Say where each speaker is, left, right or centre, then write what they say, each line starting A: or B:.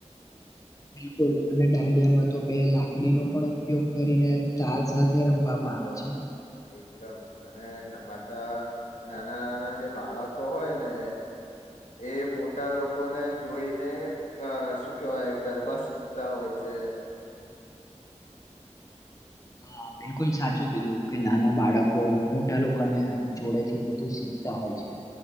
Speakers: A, on the left; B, on the left.
A: બિલકુલ અને દાંડિયામાં તો બે લાકડીનો પણ ઉપયોગ કરીને તાલ સાથે રમવામાં આવે છે ને
B: એકદમ અને પાછા નાના નાના જે બાળકો હોય ને એ મોટા લોકોને જોઈને અ શું કેવાય ગરબા શીખતા હોય છે <inaudible> <inaudible>
A: હા બિલકુલ સાચું કીધું કે નાના બાળકો મોટા લોકોને જોડે થી બધું શીખતા હોય છે.